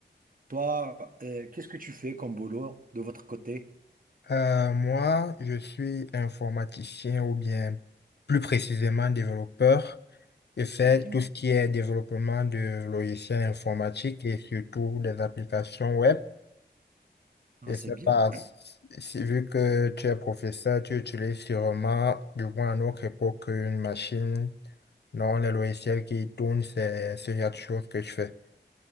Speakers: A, on the right; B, on the left.
A: Toi, euh, qu'est-ce que tu fais comme boulot de votre côté?
B: Euh, moi, je suis informaticien ou bien plus précisément développeur. Je fais
A: C'est bien.
B: tout ce qui est développement de logiciels informatiques et surtout des applications web.
A: Ah,
B: Je
A: c'est
B: sais
A: bien.
B: pas, si, vu que tu es professeur, tu utilises sûrement, du moins à notre époque, une machine. Non, les logiciels qui tournent, c'est ce genre de choses que je fais.